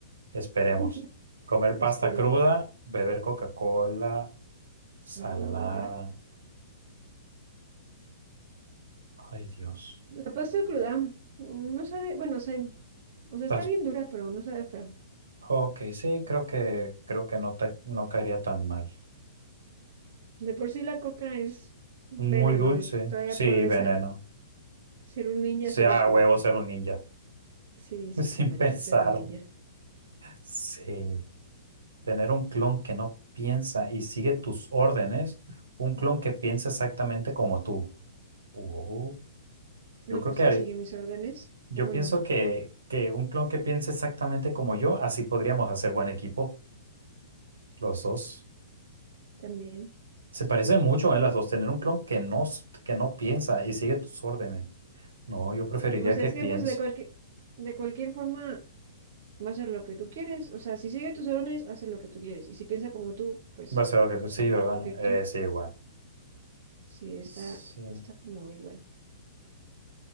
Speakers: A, on the right; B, on the right.
A: Esperemos.
B: <laughs>
A: Comer
B: Esperemos.
A: pasta cruda, beber Coca-Cola, salada,
B: Salada.
A: ay Dios.
B: La pasta cruda mm, no sabe, bueno, o sea, o sea, está
A: Las,
B: bien dura, pero no sabe feo.
A: ok, sí, creo que, creo que no te, no caería tan mal.
B: De por sí la coca es veneno
A: Muy dulce,
B: y todavía
A: sí,
B: ponle
A: veneno.
B: sal. Ser un ninja,
A: Sea
B: ser un pirata.
A: huevo ser un ninja.
B: Sí,
A: <laughs>
B: sí
A: Sin
B: está machi,
A: pensar,
B: ser un ninja.
A: Sí. Tener un clon que no piensa y sigue tus órdenes, un clon que piensa exactamente como tú. Oh.
B: No,
A: Yo creo
B: pues
A: que
B: que
A: haré-
B: sigue mis órdenes.
A: yo
B: O Bueno,
A: pienso que, que un clon que piense exactamente como yo, así podríamos hacer buen equipo, los dos.
B: también.
A: Se parecen mucho, ¿eh? Las dos. Tener un clon que no, s- que no piensa y sigue tus órdenes. No, yo preferiría
B: O sea,
A: que
B: es
A: piense.
B: que pues de cualquier, de cualquier forma. va a hacer lo que tú quieres. O sea, si sigue tus órdenes, hace lo que tú quieres. Y si piensa como tú, pues
A: Va a ser lo que tú,
B: hace
A: sí,
B: lo
A: ¿verdad?
B: mismo que tú.
A: Eh, sí, igual.
B: Sí, está,
A: Sí.
B: está como igual.